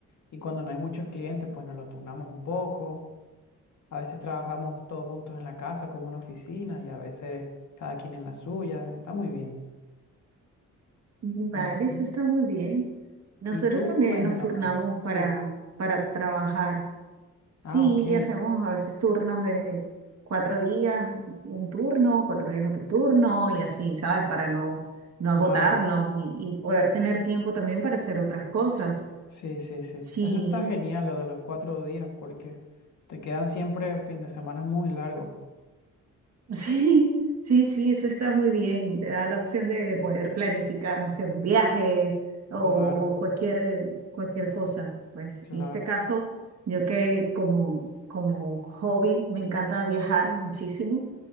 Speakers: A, on the left; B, on the right.
A: Y cuando no hay muchos clientes, pues nos lo turnamos un poco. A veces trabajamos todos juntos en la casa como una oficina y a veces cada quien en la suya. Está muy bien.
B: vale,
A: Ujú.
B: eso está muy bien. Nosotros
A: Y tú
B: también
A: cuéntame.
B: nos turnamos para,
A: Sí.
B: para trabajar. Sí,
A: Ah, ok.
B: hacemos a veces turnos de cuatro días un turno, cuatro días otro turno y así, ¿sabes? Para no, no
A: Claro.
B: agotarnos y, y poder tener tiempo también para hacer otras cosas.
A: Sí, sí, sí.
B: Sí,
A: Eso está genial, lo de los cuatro días, porque te quedan siempre fin de semana muy largos.
B: <laughs> sí, sí, sí, eso está muy bien. Te da la opción de, de poder planificar, no sé, un viaje o
A: Claro,
B: cualquier, cualquier cosa. Pues
A: claro.
B: en este caso, yo que como, como hobby me encanta viajar muchísimo.